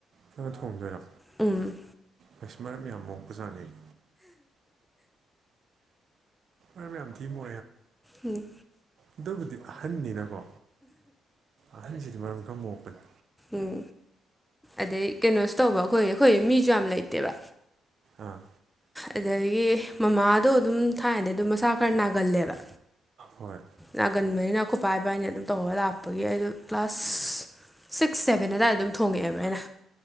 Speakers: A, on the right; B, in the centre.
A: ꯆꯅ ꯊꯣꯡꯖꯔꯣ
B: ꯎꯝ
A: ꯑꯩꯁ ꯃꯔꯛ ꯌꯥꯝ ꯃꯣꯛꯄꯖꯥꯠꯅꯦꯕ ꯑ ꯑ ꯊ ꯃꯦ
B: ꯎꯝ
A: ꯑꯗꯨꯕꯨꯗꯤ ꯑꯍꯟꯅꯤꯅꯀꯣ ꯑꯍꯟꯁꯤꯗꯤ ꯃꯔꯝ ꯈꯔ ꯃꯣꯛꯄꯅꯤ
B: ꯎꯝ ꯑꯗꯩ ꯀꯩꯅꯣꯁꯨ ꯇꯧꯕ ꯑꯩꯈꯣꯏꯒꯤ ꯑꯩꯈꯣꯏ ꯃꯤꯁꯨ ꯌꯥꯝ ꯂꯩꯇꯦꯕ
A: ꯑꯥ
B: ꯑꯗꯨꯗꯒꯤ ꯃꯃꯥꯗꯣ ꯑꯗꯨꯝ ꯊꯥꯏꯅꯗꯤꯩ ꯑꯗꯨꯝ ꯃꯁꯥ ꯈꯔ ꯅꯥꯒꯜꯂꯦꯕ
A: ꯍꯣꯏ
B: ꯅꯥꯒꯟꯕꯅꯤꯅ ꯈꯨꯄꯕ ꯍꯥꯏꯅꯤ ꯑꯗꯨꯝ ꯇꯧꯔ ꯂꯥꯛꯄꯒꯤ ꯑꯩꯗ ꯀ꯭ꯂꯥꯁ ꯁꯤꯛꯁ ꯁꯚꯦꯟ ꯑꯗꯨꯗꯥꯋꯥꯏꯗ ꯑꯗꯨꯝ ꯊꯣꯡꯉꯛꯑꯦꯕ ꯑꯩꯅ